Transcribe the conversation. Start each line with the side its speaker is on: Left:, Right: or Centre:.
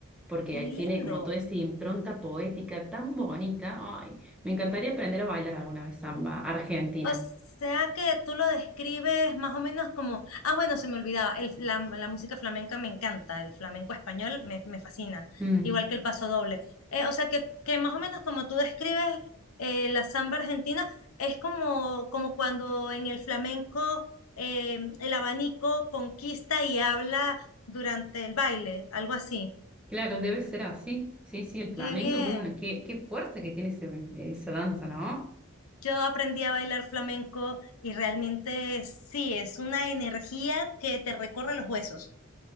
Centre: porque
Left: lindo.
Centre: tiene como toda esa impronta poética tan bonita. Ay, me encantaría aprender a bailar alguna vez samba argentina.
Left: O sea que tú lo describes más o menos como, ah, bueno, se me olvidaba, el, la, la música flamenca me encanta, el flamenco español me, me fascina,
Centre: Mm,
Left: igual que el paso doble. Eh, o sea que, que más o menos como tú describes eh, la samba argentina, es como, como cuando en el flamenco eh, el abanico conquista y habla durante el baile, algo así.
Centre: claro, debe ser así. Sí, sí, el flamenco
Left: Qué bien.
Centre: es una, qué, qué fuerza que tiene ese- esa danza, ¿no?
Left: Yo aprendí a bailar flamenco y realmente sí, es una energía que te recorre los huesos.